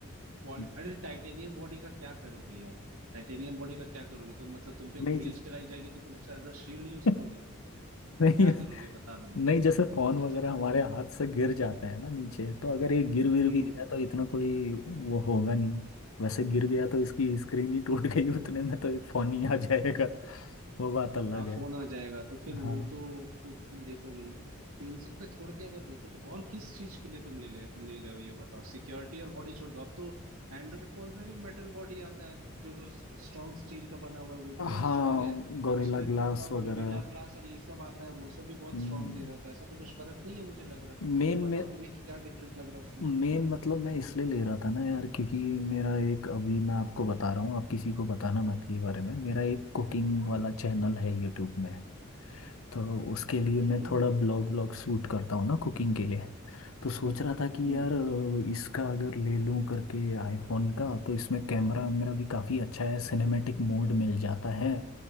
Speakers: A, on the right; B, on the left.
A: क्वालि
B: <laughs>
A: अरे टाइटेनियम बॉडी का क्या करोगे यार टाइटेनियम बॉडी का क्या करोगे तुम मतलब तुम पे
B: नहीं
A: गोली
B: जिस
A: चलाई जाएगी तो तुम उसे एज अ शील्ड यूज
B: <laughs>
A: करोगे
B: नहीं
A: क्या करोगे बता दो मेरे
B: नहीं
A: को
B: जैसे फोन वगैरह हमारे
A: <laughs>
B: हाथ से गिर जाते हैं ना नीचे तो अगर ये गिर विर
A: हम्म
B: भी गया तो इतना कोई वो होगा नहीं वैसे गिर गया तो इसकी स्क्रीन ही टूट गई उतने में तो एक फोन ही आ जाएगा वो बात अलग
A: हाँ
B: है
A: फोन आ जाएगा तो फिर वो
B: हाँ
A: तो तुम देखोगे ही तो इन सब का छोड़ के अगर देखो तो और किस चीज के लिए तुम ले ले, ले रहे हो ये बताओ सिक्योरिटी और बॉडी छोड़ दो अब तो एंड्रॉइड फोन्स में भी मेटल बॉडी आता है जो स्ट्रॉन्ग स्टील का बना हुआ है वो भी बहुत
B: हाँ
A: स्ट्रांग है
B: गोरिल्ला
A: उसमें तुम्हारा
B: ग्लास वगैरह
A: गोरिल्ला ग्लास और ये सब आता है वो सब भी बहुत
B: हम्म,
A: स्ट्रांग दे रहा है तो ऐसा तो कुछ फर्क नहीं है मुझे लग रहा
B: मेन
A: तो बताओ
B: में
A: तुम्हें क्या डिफरेंट लग रहा है उसमें
B: मेन मतलब मैं इसलिए ले रहा था ना यार क्योंकि मेरा एक अभी मैं आपको बता रहा हूँ आप किसी को बताना मत ये बारे में मेरा एक कुकिंग वाला चैनल है यूट्यूब में तो उसके लिए
A: हम्म
B: मैं थोड़ा ब्लॉग ब्लॉग शूट करता हूँ ना कुकिंग के लिए तो सोच
A: हम्म हम्म
B: रहा था कि
A: हम्म
B: यार इसका अगर ले लूँ करके आईफोन का तो इसमें कैमरा मेरा भी काफ़ी अच्छा है सिनेमैटिक मोड मिल जाता है